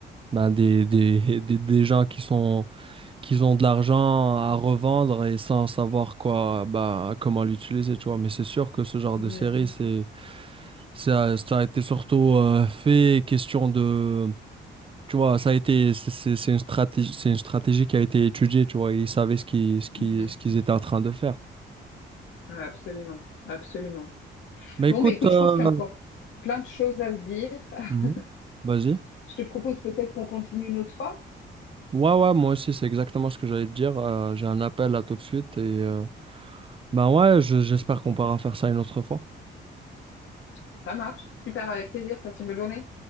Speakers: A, on the right; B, on the left.
A: ben, des, des, des, des gens qui sont, qui ont de l'argent à revendre et sans savoir quoi, bah, comment l'utiliser, tu vois. Mais c'est sûr que ce genre
B: Mhm.
A: de série, c'est, ça, ça a été surtout euh, fait question de, tu vois, ça a été, c'est c'est- c'est une stratégie, c'est une stratégie qui a été étudiée, tu vois. Ils savaient ce qui, ce qui,
B: Mhm.
A: ce qu'ils étaient en train de faire.
B: Ouais, absolument, absolument.
A: Mais
B: Bon,
A: écoute,
B: mais écoute,
A: euh,
B: je pense qu'il y a encore plein de choses à se dire. <laughs>
A: Mhm. Vas-y.
B: Je te propose peut-être qu'on continue une autre fois.
A: Ouais, ouais, moi aussi, c'est exactement ce que j'allais te dire. Euh, j'ai un appel là tout de suite et euh, ben ouais, je- j'espère qu'on pourra faire ça une autre fois.
B: Ça marche, super, avec plaisir, passe une bonne journée.